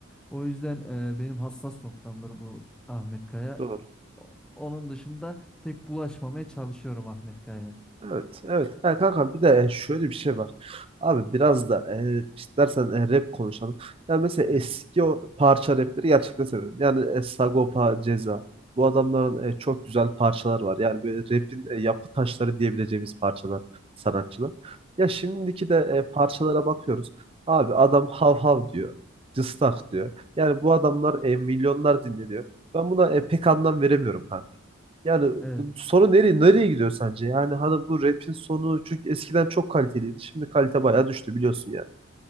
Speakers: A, in the centre; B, on the right.
A: O yüzden e, benim hassas noktamdır bu Ahmet Kaya.
B: Doğru.
A: O- Onun dışında pek bulaşmamaya çalışıyorum Ahmet Kaya'ya.
B: Evet, evet. Ha, kanka bir de e, şöyle bir şey var. Abi biraz da e, istersen e, rap konuşalım. Yani mesela
A: Evet.
B: eski o parça rapleri gerçekten seviyorum. Yani e, Sagopa, Ceza. Bu adamların e, çok güzel parçalar var. Yani böyle rapin e, yapı taşları diyebileceğimiz parçalar, sanatçılar. Ya şimdiki de e, parçalara bakıyoruz. Abi adam hav hav diyor. Cıstak diyor. Yani bu adamlar e, milyonlar dinleniyor. Ben buna e, pek anlam veremiyorum kanka. Yani
A: Evet.
B: bu sorun nereye nereye gidiyor sence? Yani hani bu rap'in sonu çünkü eskiden çok kaliteliydi. Şimdi kalite bayağı düştü biliyorsun yani.